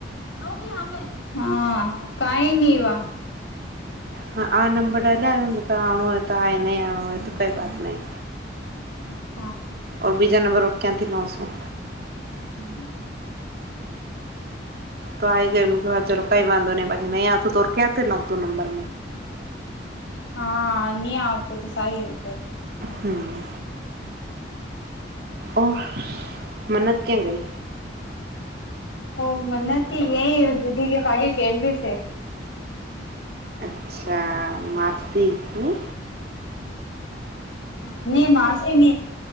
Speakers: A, on the left; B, on the right.
A: <unintelligible> હા હા કઈ ની વા.
B: હા આ નંબર ડાલ્યા આપણે હોય તોઆ નહીં આવ હોય તો કંઈ વાત નહીં.
A: <unintelligible>
B: ઓર બીજા નંબરઓ ક્યાંથી લાવું છું.
A: હમ્મ.
B: તો આઈ ગયો ચાલો કંઈ વાંધો નહીં એ નહીં આ તો ક્યા નવ તું નંબર.
A: હા ન્યા આવતોતો સાઈ <unintelligible>
B: હમ્મ. ઓ મન્નત ક્યાં ગઈ.
A: ઓહ <unintelligible> એ દુધી કે પાડી કેલરી છે.
B: અચ્છા માસી કી.
A: હ ની માસી ની